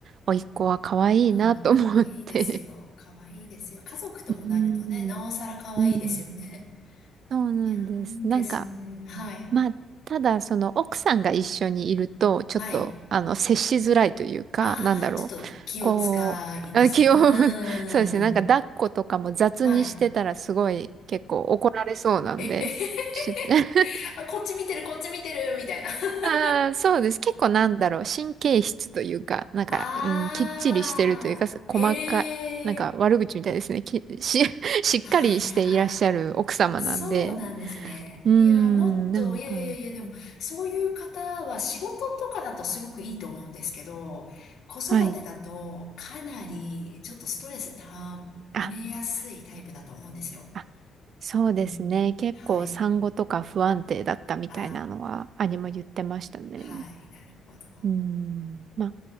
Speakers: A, on the right; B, on the left.
A: 甥っ子は可愛いなと思って
B: ああ、かわいいですよ。かわいいですよ。家族ともなるとね、
A: <laughs> うん。
B: なおさらかわいいですよね。
A: うん。そうなんです。
B: いやー、いいですね。
A: なんか、
B: はい。
A: まあ、ただ、その奥さんが一緒にいると、ちょっと、
B: はい。
A: あの、接しづらいというか、
B: ああ、
A: なんだろう。
B: ちょっと気を使いますね。
A: こう、あ、気を
B: うーん。
A: <laughs> そうですね。なんか抱っことかも雑にしてたらすごい結構怒られそうなんで。
B: はい。え、えへへ
A: ちょ <laughs>
B: <laughs> あこっち見てる、こっち見てる、みたいな。<laughs>
A: あー、そうです。結構なんだろう。神経質というか、なんか、
B: ああ、
A: うん、きっちりしてるというか、細かい、
B: ええ。
A: なんか悪口みたいですね。き、し、<laughs> しっかりしていらっしゃる奥様なんで。
B: ああ、いやー。そうなんですね。
A: うーん、
B: いや、もっと、
A: なんか、
B: いやいやいや、でも、そういう方は仕事とかだとすごくいいと思うんですけど、子育てだとかなりちょっとストレスためやすいタイプだと思うんですよ。
A: はい。ああそうですね。
B: うん、
A: 結構産後とか不安定だったみたいなのは兄も言ってましたね。
B: はい。ああ、はい、なるほど。
A: うん。まあ、